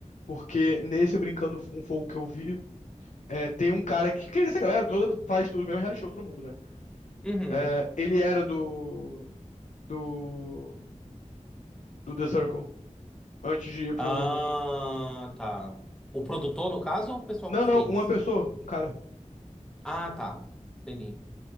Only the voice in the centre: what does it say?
Uhum.
Ah, tá. O produtor, no caso, ou o pessoal
que
fez?
Ah, tá. Entendi.